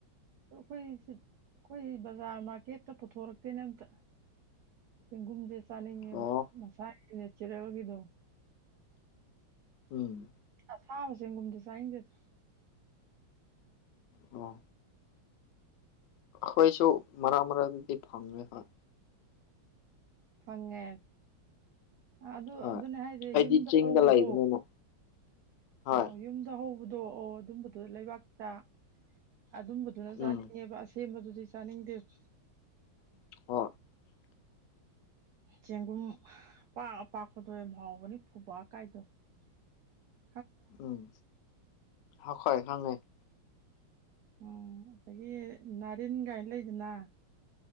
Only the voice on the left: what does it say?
ꯑꯣ
ꯎꯝ
ꯑꯣ ꯑꯩꯈꯣꯏꯁꯨ ꯃꯔꯛ ꯃꯔꯛꯇꯗꯤ ꯐꯪꯉꯦ ꯍꯣꯏ
ꯍꯣꯏ
ꯑꯩꯗꯤ
ꯆꯤꯡꯗ
ꯂꯩꯕꯅꯤꯅ ꯍꯣꯏ
ꯎꯝ
<unintelligible>
ꯎꯝ <unintelligible>